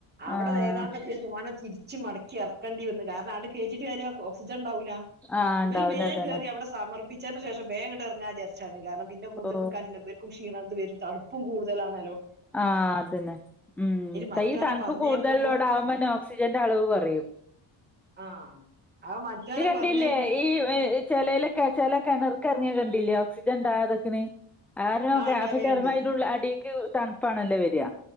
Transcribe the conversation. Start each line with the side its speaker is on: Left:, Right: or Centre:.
Right: അവ്ടെ
Centre: ആഹ്
Right: ഏതാണ്ടെത്തിയപ്പം ഓനെ തിരിച്ച് മടക്കി എറക്കണ്ടിന്ന് കാരണം അങ്ങട്ട് കേറ്റിട്ട് കാര്യല്ല ഓക്സിജൻണ്ടാവൂല.
Centre: ആഹ്
Right: ഇവല്
Centre: ഉണ്ടാവൂല
Right: വേം
Centre: അതന്നെ
Right: കെറി അവ്ടെ സമർപ്പിച്ചയ്ന്റെ ശേഷം വേം ഇങ്ങട്ട് എറങ്ങാംന്ന് വിചാരിച്ചാണ്. കാരണം പിന്നെ കൂടുതൽനിക്കാ
Centre: ഓ
Right: പറ്റുല്ല ഇബൽ ക്കും ക്ഷീണം ത് വരും. തണുപ്പും കൂട്‌തലണല്ലോ?
Centre: ആ അതന്നെ. ഉം
Right: മറ്റോനെ
Centre: ഈ തണ്പ്പ്
Right: പറഞ്ഞേക്കുമ്പോ
Centre: കൂടുതലൊള്ളെടാകുമ്പോന്നെ ഓക്സിജന്റെ അളവ് കൊറയും.
Right: ആഹ് അത് മറ്റൊനാ
Centre: ഇത് കണ്ടില്ലേ
Right: പറഞ്ഞേ?
Centre: ഈ ചെലലൊക്കെ ചെല കെണർക്ക് എറങ്ങിയ കണ്ടില്ലേ ഓക്സിജൻ ണ്ടാവാതൊക്ക്ണ്. <unintelligible>
Right: ആ ഇണ്ടാവേണ്ട്
Centre: ചെലപ്പ അയ്ന്റെഉള്ള് അടിക്ക് തണുപ്പാണല്ലേ വര്യ.